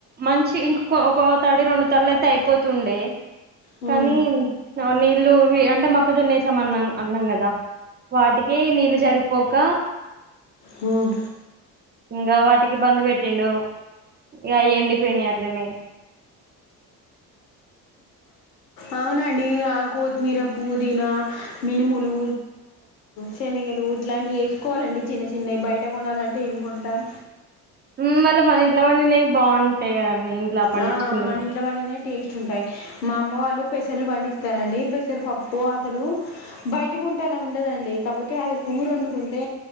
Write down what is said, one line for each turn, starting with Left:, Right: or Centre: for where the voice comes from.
Right: మంచి ఇంక ఒక తడి రెండు తల్ల అయితే అయిపోతుండే
Left: హ్మ్,
Right: కానీ నీళ్లు ఇవి అంట మక్కజొన్న ఏస్ మన్నా అన్నాం కదా వాటికే నీళ్ళు జరిపోక
Left: హ్మ్.
Right: ఇంకా వాటికి బంద్ పెట్టిండు ఇక ఎండిపోయినాయి అట్లనే
Left: అవునండి ఆ కొత్తిమీర పుదీనా మినుములు శనిగలు ఇగా ఇట్లాంటివి వేసుకోవాలండి చిన్న చిన్నవి బయట కొనాలంటే ఏం కొంటాం
Right: మ్ మళ్ళ మన ఇంట్ల పండినవి బాగుంటాయి కదండి ఇంట్లో పండించుకునేవి
Left: ఆ మన ఇంట్ల పండినయి టేస్ట్ ఉంటాయి మా అమ్మ వాళ్ళు పెసర్లు పండిస్తారండి పెసర్ పప్పు అసలు బయట కుంటే అలా ఉండదండి కాకపోతే అది కూర వండుకుంటే